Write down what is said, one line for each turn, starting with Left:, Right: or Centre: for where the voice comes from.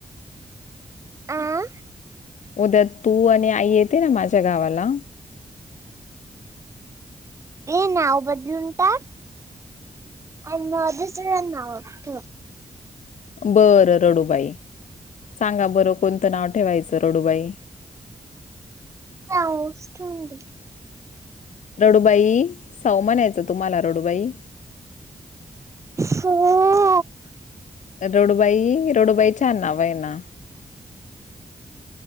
Right: आं
Left: उद्या तू आणि आई येते ना माझ्या गावाला
Right: ये नाव बदलून टाक. आणि दुसरा नाव ठेव.
Left: बरं रडूबाई सांगा बरं कोणतं नाव ठेवायचं रडूबाई <inaudible>
Right: सावू च ठेवून दे.
Left: रडुबाई सावू म्हनयचं तुम्हाला रडुबाई
Right: हो
Left: रडुबाई रडुबाई छान नाव येना